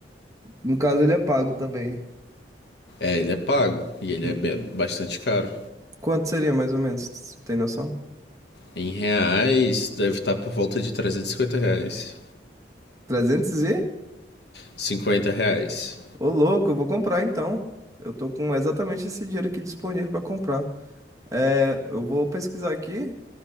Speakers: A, on the right (about 20°); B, on the left (about 65°).
A: No caso, ele é pago também.
B: É, ele é pago e ele
A: Hum.
B: é bastante caro.
A: Quanto seria mais ou menos? Tem noção?
B: Em reais, deve estar por volta de trezentos e cinquenta reais.
A: Trezentos e?
B: cinquenta reais.
A: Ô, louco, eu vou comprar então. Eu tô com exatamente esse dinheiro aqui disponível pra comprar. É, eu vou pesquisar aqui